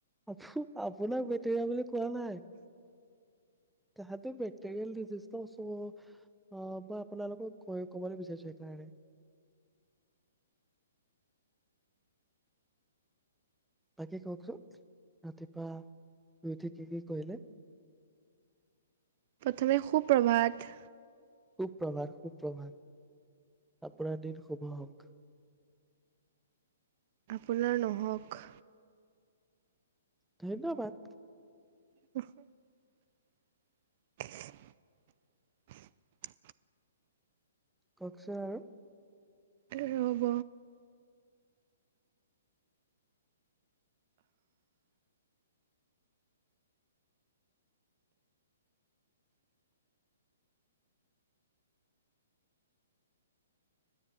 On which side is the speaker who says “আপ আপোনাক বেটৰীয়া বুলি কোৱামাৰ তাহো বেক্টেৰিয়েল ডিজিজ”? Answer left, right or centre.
Centre